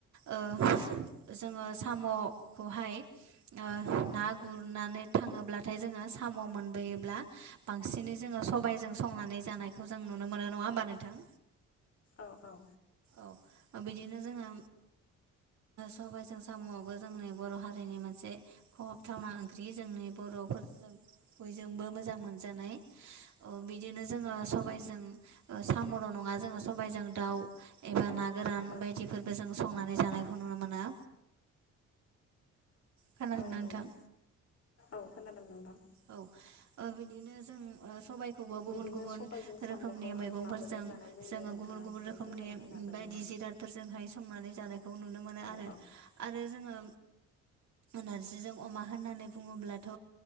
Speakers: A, on the right (about 65°); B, on the left (about 50°).
A: ओ जोङो साम'खौहाय ओ ना गुरनानै थाङोब्लाथाय जोङो साम' मोनबोयोब्ला बांसिनै जोङो सबायाइजों संनानै जानायखौ जों नुनो मोनो नङा होमबा नोंथां
B: औ औ
A: औ बिदिनो जोङो सबायाइजों साम'आवबो जोंनि बर' हारिनि मोनसे खहाबथावना ओंख्रि जोंनि बर'फोरजों बयजोंबो मोजां मोनजानाय बिदिनो जोङो सबायजों ओ सामरन आ जोङो सबायजों दाउ एबा ना गोरान
B: औ
A: बायदिफोरबो जों संनानै जानायखौ नुनो मोनो। खोनादोंना
B: औ नंगौ
A: नोंथां
B: औ खोनादों नोंथां।
A: औ ओ बिदिनो जों सबाय खौबो गुबुन
B: बिदिनो
A: गुबुन
B: सबायजों साम'खौहाय
A: रोखोमनि मैगंफोरजों
B: माबोरै जानाय जायो
A: जोङो
B: नोंथाङा
A: गुबुन गुबुन
B: एसे
A: रोखोमनि
B: फोरमायना होनो हागोन
A: बायदि
B: नामा?
A: जिराद फोरजोंहाय संनानै जानायखौ नुनो मोनो
B: औ
A: आरो
B: औ
A: आरो जोङो नारजिजों अमा होननानै बुङोब्लाथ'